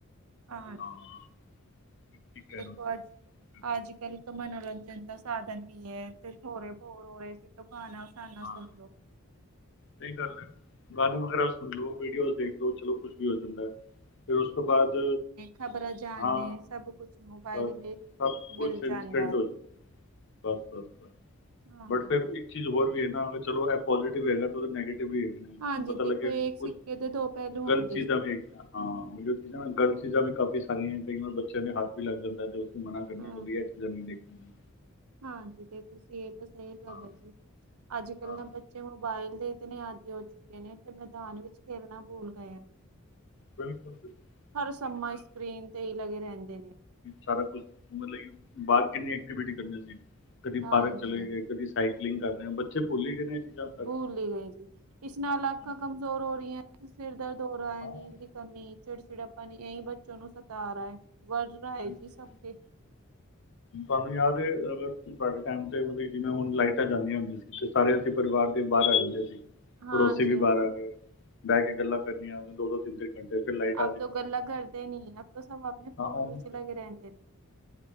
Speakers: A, on the right (about 90°); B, on the left (about 55°).
A: ਹਾਂਜੀ।
B: ਹਾਂ, ਠੀਕ ਕਹਿ
A: ਦੇਖੋ
B: ਰਹੇ ਹੋ
A: ਅੱਜ
B: ਤੁਸੀਂ।
A: ਅੱਜ ਕੱਲ੍ਹ, ਤੋਂ ਮਨੋਰੰਜਨ ਦਾ ਸਾਧਨ ਵੀ ਹੈ, ਤੇ ਥੋੜਾ ਬੋਰ ਹੋ ਰਹੇ ਸੀ ਤੋਂ ਗਾਣਾ, ਨਾ
B: ਹਾਂ,
A: ਸੁਨ
B: ਸਹੀ ਗੱਲ ਹੈ। ਗਾਣੇ ਵਗੈਰਾ ਸੁਣ ਲਓ ਵੀਡੀਓਜ਼ ਦੇਖ ਲਓ ਚਲੋ ਕੁਛ ਵੀ ਹੋ ਜਾਂਦਾ ਹੈ ਫਿਰ ਉਸ ਤੋਂ ਬਾਅਦ
A: ਖ਼ਬਰਾਂ ਜਾਣਨੇ
B: ਹਾਂ
A: ਸਭ ਕੁਛ ਮੋਬਾਇਲ
B: ਬਸ
A: ਮੇ
B: ਸਭ ਕੁਛ
A: ਮਿਲ
B: ਇੰਸਟੈਂਟ
A: ਜਾਂਦਾ ਹੈ
B: ਹੋਏ ਬਸ ਬਸ ਬਸ
A: ਹਾਂਜੀ
B: ਬਟ ਫਿਰ ਇੱਕ ਚੀਜ਼ ਹੋਰ ਵੀ ਹੈ। ਚਲੋ ਇਹ ਪੋਜ਼ਟਿਵ ਹੈਗਾ। ਨੈਗੇਟਿਵ ਵੀ ਹੈਗੇ ਨੇ
A: ਹਾਂਜੀ
B: ਪਤਾ
A: ਦੇਖੋ
B: ਲੱਗਿਆ
A: ਇੱਕ
B: ਕੁਛ
A: ਸਿੱਕੇ ਦੇ ਦੋ ਪਹਿਲੂ
B: ਗ਼ਲਤ
A: ਹੁੰਦੇ
B: ਚੀਜ਼ਾਂ
A: ਜੀ
B: ਵੀ ਹੈਗੀਆਂ ਹਾਂ ਜੋ ਚੀਜ਼ਾਂ ਗਲਤ ਚੀਜ਼ਾਂ ਵੀ ਕਾਫੀ, ਸਾਰੀਆਂ ਕਈ ਵਾਰ ਬੱਚਿਆਂ ਦੇ ਹੱਥ ਵੀ ਲੱਗ ਜਾਂਦਾ ਤੇ, ਮਨਾ ਕਰਨਾ
A: ਹਾਂ
B: ਕੇ ਇਹ ਚੀਜ਼ ਨਹੀਂ ਦੇਖ। ਹੂੰ,
A: ਹਾਂਜੀ ਦੇਖੋ, ਸਹੀ ਗੱਲ
B: ਹਾਂ
A: ਹੈ ਜੀ ਅੱਜ ਕੱਲ
B: ਹਾਂ
A: ਨਾ ਬੱਚੇ ਮੋਬਾਇਲ ਦੇ, ਆਦੀ ਹੋ ਚੁੱਕੇ ਨੇ ਤੇ ਮੈਦਾਨ ਵਿੱਚ ਖੇਲਣਾ ਭੁਲ ਗਏ।
B: ਬਿਲਕੁਲ ਬਿਲਕੁਲ
A: ਹਰ ਸਮਾਂ ਸਕਰੀਨ ਤੇ ਹੀ ਲੱਗੇ ਰਹਿੰਦੇ ਨੇ
B: ਸਾਰਾ ਕੁਛ ਮਤਲਬ ਕਿ ਬਾਅਦ, ਕਿੰਨੀ ਐਕਟੀਵਿਟੀ ਕਰਨੀ ਸੀ। ਕਦੀ
A: ਹਾਂਜੀ
B: ਪਾਰਕ ਚਲੇ
A: ਹਾਂਜੀ
B: ਗਏ ਕਦੀ ਸਾਈਕਲ, ਕਰਦੇ ਬੱਚੇ ਭੁੱਲ ਹੀ ਗਏ ਨੇ, ਚੀਜ਼ਾਂ ਸਾਰੀਆਂ
A: ਭੁਲ ਲਈ ਗਈ ਜੀ ਇਸ ਨਾਲ ਅੱਖਾਂ
B: ਹਾਂ
A: ਕਮਜ਼ੋਰ ਹੋ ਰਹੀਆਂ ਸਿਰ ਧਰ ਦੋਰਾ ਨੀਦ
B: ਹਾਂ
A: ਦੀ ਕਮੀ, ਚਿੜ ਚਿੜ ਆਪਾਂ ਇਹੀ ਬੱਚੋ ਨੂੰ ਸਤਾਰਾ ਹੈ। ਵਰਰਾਏ
B: ਬਿਲਕੁਲ
A: ਜੀ ਸਖੇ,
B: ਤੁਹਾਨੂੰ ਯਾਦ ਹੈ ਅਗਰ ਸਾਡੇ ਟਾਈਮ ਤੇ ਮਤਲਬ ਜਿਵੇਂ ਹੁਣ ਲਾਈਟਾਂ ਜਾਂਦੀਆਂ ਹੁੰਦੀਆਂ ਸੀ ਤੇ ਸਾਰੇ ਅਸੀਂ ਪਰਿਵਾਰ ਦੇ ਬਾਹਰ ਆ ਜਾਂਦੇ ਸੀ।
A: ਹਾਂਜੀ
B: ਪੜੋਸੀ ਵੀ
A: ਹਾਂ।
B: ਬਾਹਰ ਆ ਗਏ। ਬਹਿ ਕੇ ਗੱਲਾਂ ਕਰਨੀਆਂ ਆ ਵ ਦੋ ਦੋ ਤਿੰਨ ਤਿੰਨ ਘੰਟੇ ਫਿਰ ਲਾਈਟ
A: ਆਪ ਤੋਂ ਗੱਲਾਂ ਕਰਦੇ ਨੀ ਆਪ ਤੋਂ ਸਭ ਆਪਣੇ
B: ਹਾਂ
A: ਫੋਨ
B: ਹੁਣ
A: ਵਿੱਚ ਲਗੇ ਰਹਿੰਦੇ ਨੇ,